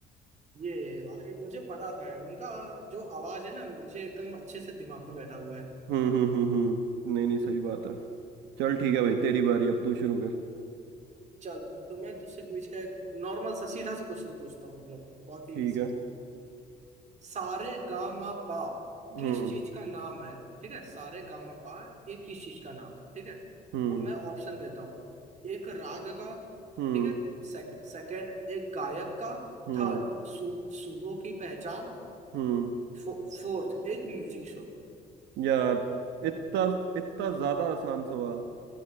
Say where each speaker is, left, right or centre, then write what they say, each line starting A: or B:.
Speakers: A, on the right; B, on the right.
A: है। ये है भाई मुझे पता था यार उनका जो आवाज है ना मुझे एकदम अच्छे से दिमाग में बैठा हुआ है
B: हम्म हम्म हम्म हम्म नहीं नहीं सही बात है चल ठीक है भाई तेरी बारी अब तू शुरू कर
A: चल तो मैं तुझसे पूछ का एक नॉर्मल सा सीधा सा क्वेश्चन पूछता हूँ मतलब बहुत ही
B: ठीक
A: इजी
B: है
A: सारे गामा पा
B: हम्म
A: किस चीज का नाम है ठीक है सारे गामा पा ये किस चीज का नाम है ठीक है
B: हम्म
A: अब मैं ऑप्शन देता हूँ एक राग का
B: हम्म
A: ठीक है सेक, सेकंड एक गायक का
B: हम्म
A: थर्ड सु, सुरों की पहचान
B: हम्म
A: फो, फोर्थ एक म्यूजिक शो
B: यार इतना इतना ज्यादा आसान सवाल